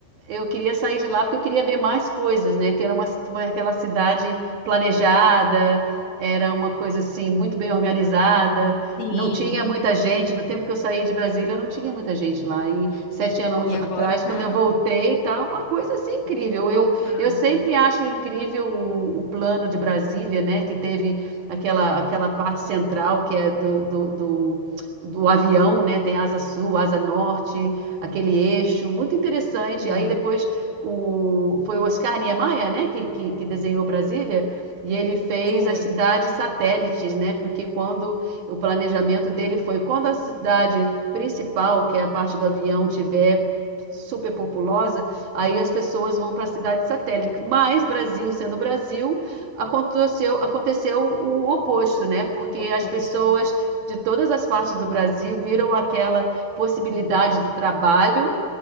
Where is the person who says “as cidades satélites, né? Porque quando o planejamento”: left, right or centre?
Right